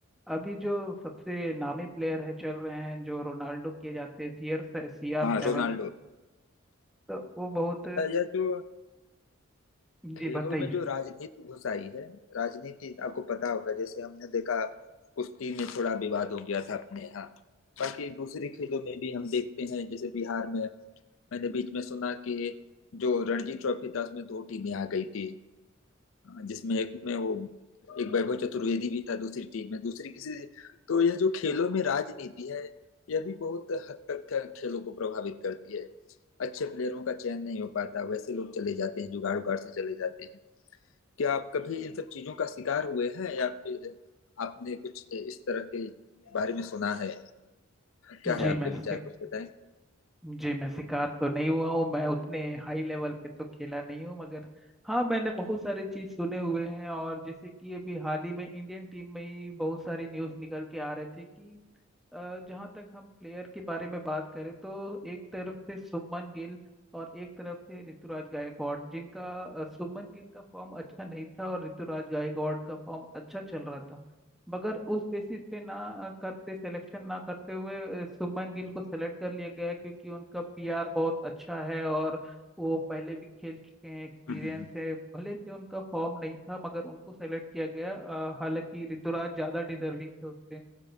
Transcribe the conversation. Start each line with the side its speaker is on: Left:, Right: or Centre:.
Centre: अभी जो सबसे नामी प्लेयर है चल रहे हैं जो रोनाल्डो किए जाते हैं C R C R
Left: हाँ
Centre: seven
Left: रोनाल्डो
Centre: तो वो बहुत
Left: अच्छा यह जो
Centre: जी
Left: खेलों
Centre: बताइए
Left: में जो राजनीति घुस आई है राजनीति आपको पता होगा जैसे हमने देखा कुश्ती में थोड़ा विवाद हो गया था अपने यहाँ बाकी दूसरे खेलों में भी हम देखते हैं जैसे बिहार में मैंने बीच में सुना कि जो रणजी ट्रॉफी था उसमें दो टीमें आ गई थी अ, जिसमें एक में वो एक वैभव चतुर्वेदी भी था दूसरी टीम में दूसरी किसी तो यह जो खेलों में राजनीति है यह भी बहुत हद तक खेलों को प्रभावित करती है अच्छे प्लेयरों का चयन नहीं हो पाता वैसे लोग चले जाते हैं जुगाड़ उगाड़ से चले जाते हैं क्या आप कभी इन सब चीजों का शिकार हुए हैं या फिर आपने कुछ इस तरह के बारे में सुना है क्या
Centre: जी
Left: है आपके
Centre: मैं
Left: विचार
Centre: शिक,
Left: कुछ बताएं
Centre: जी मैं शिकार तो नहीं हुआ हूँ मैं उतने हाई लेवल पे तो खेला नहीं हूँ मगर हाँ मैंने बहुत सारी चीज सुने हुए हैं और जैसे कि अभी हाल ही में इंडियन टीम में ही बहुत सारी न्यूज निकल के आ रही थी कि अ, जहाँ तक हम प्लेयर के बारे में बात करें तो एक तरफ से शुभमन गिल और एक तरफ से ऋतुराज गायकवाड़ जिनका अ, शुभमन गिल का फॉर्म अच्छा नहीं था और ऋतुराज गायकवाड़ का फॉर्म अच्छा चल रहा था मगर उस बेसिस पे ना अ, करते सिलेक्शन ना करते हुए अ, शुभमन गिल को सेलेक्ट कर लिया गया है, क्योंकि उनका पीआर बहुत अच्छा है और वो पहले भी खेल चुके हैं एक्सपीरियंस
Left: हम्म, हम्म, हम्म।
Centre: है भले से उनका फॉर्म नहीं था मगर उनको सेलेक्ट किया गया अ, हालांकि ऋतुराज ज़्यादा डिजर्विंग थे उससे